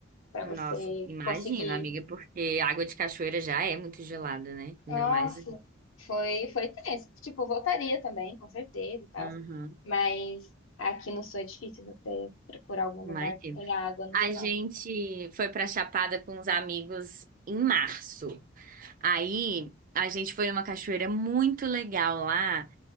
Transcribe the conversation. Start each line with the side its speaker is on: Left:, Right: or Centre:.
Left: para
Right: Nossa,
Left: você
Right: imagina,
Left: conseguir
Right: amiga, porque água de cachoeira já é muito gelada, né? Ainda
Left: Nossa,
Right: mais.
Left: foi, foi tenso. Tipo, voltaria também, com certeza e tal.
Right: Uhum,
Left: Mas aqui no sul é difícil você procurar algum
Right: imagina.
Left: lugar que tenha água no
Right: A
Left: final.
Right: gente foi pra Chapada com uns amigos em março. Aí a gente foi numa cachoeira muito legal lá.